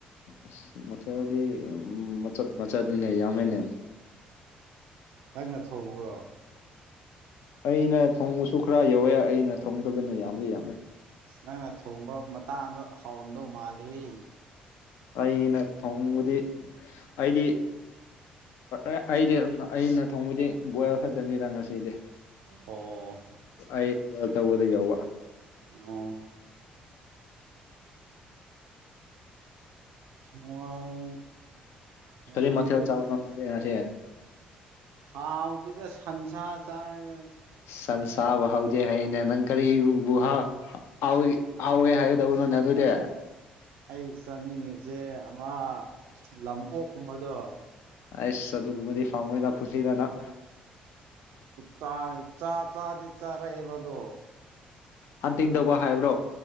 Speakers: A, on the left; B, on the right.
A: ꯑꯁ ꯃꯊꯦꯜꯗꯤ ꯃꯆꯠ ꯃꯆꯠꯅꯤꯅ ꯌꯥꯝꯃꯦꯅꯦ
B: ꯅꯪꯅ ꯊꯣꯡꯕ꯭ꯔꯣ
A: ꯑꯩꯅ ꯊꯣꯡꯕꯁꯨ ꯈꯔ ꯌꯥꯎꯋꯦ ꯑꯩꯅ ꯊꯣꯡꯗꯕꯅ ꯌꯥꯝꯗꯤ ꯌꯥꯝꯃꯦ
B: ꯅꯪꯅ ꯊꯣꯡꯕ ꯃꯇꯥꯡꯗꯣ ꯍꯥꯎꯔꯝꯗꯧ ꯃꯥꯜꯂꯦꯍꯦ
A: ꯑꯩꯅ ꯊꯣꯡꯕꯗꯤ ꯑꯩꯗꯤ ꯑꯦ ꯑꯩꯗꯤ ꯑꯩꯅ ꯊꯣꯡꯕꯗꯤ ꯕꯣꯏꯜ ꯈꯛꯇꯅꯤꯗ ꯉꯁꯤꯗꯤ
B: ꯑꯣ
A: ꯑꯩ ꯕꯣꯏꯜ ꯇꯧꯕꯗ ꯌꯥꯎꯕ
B: ꯑꯣ ꯃꯣꯏ ꯉꯝꯅꯤꯀꫭ
A: ꯀꯔꯤ ꯃꯊꯦꯜ ꯆꯥꯕꯅꯣ
B: ꯅꯪ
A: ꯅꯪꯗꯤ ꯉꯁꯤ
B: ꯍꯥꯎꯇꯦꯗ ꯁꯟꯁ ꯆꯥꯏꯅ
A: ꯁꯟꯁꯥꯕꯨ ꯍꯥꯎꯗꯦ ꯍꯥꯏꯌꯦꯅꯦ ꯅꯪ ꯀꯔꯤꯎꯕꯨꯍꯥ ꯍꯥꯎꯋꯤ ꯍꯥꯎꯋꯦ ꯍꯥꯏꯒꯗꯕꯅꯣ ꯅ ꯑꯗꯨꯗꯤ
B: ꯑꯩ ꯆꯥꯅꯤꯡꯉꯤꯖꯦ ꯑꯃ ꯂꯝꯑꯣꯛꯀꯨꯝꯕꯗꯣ
A: ꯑꯩꯁ ꯑꯗꯨꯒꯨꯝꯕꯗꯤ ꯐꯪꯉꯣꯏꯗ ꯄꯨꯟꯁꯤꯗ ꯅꯪ
B: ꯆꯥꯏ ꯆꯥ ꯆꯥꯗꯤ ꯆꯥꯔꯛꯑꯦꯕ ꯑꯗꫭ
A: ꯍꯟꯇꯤꯡ ꯇꯧꯕ ꯍꯥꯏꯕ꯭ꯔꯣ